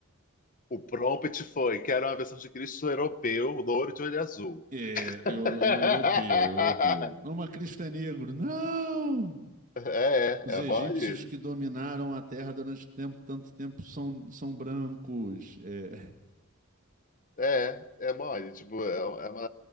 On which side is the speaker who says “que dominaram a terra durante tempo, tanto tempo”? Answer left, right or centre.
Right